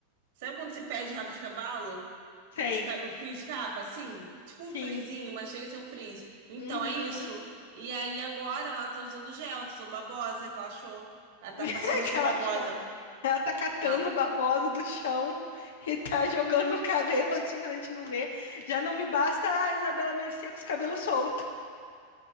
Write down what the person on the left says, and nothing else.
Sei.
Sim.
Uhum.
<laughs>
É
que ela
achou. Ela tá catando
babosa do chão <laughs> e tá jogando no cabelo assim quando a gente não vê. Já não me basta a Isabela Mercê com os cabelos soltos.